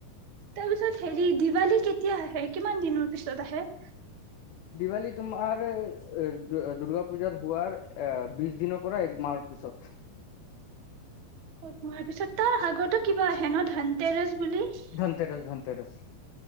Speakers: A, on the right; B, on the left.
A: তাৰ পিছত হেৰি দিৱালী কেতিয়া আহে? কিমান দিনৰ পিছত আহে?
B: দিৱালী তোমাৰ এ দুৰ্গা পূজাৰ হোৱাৰ এ বিশ দিনৰ পৰা এক মাহৰ পিছত
A: এক মাহৰ পিছত, তাৰ আগতে কিবা আহে ন ধনতেৰাছ বুলি অ'
B: ধনতেৰছ ধনতেৰছ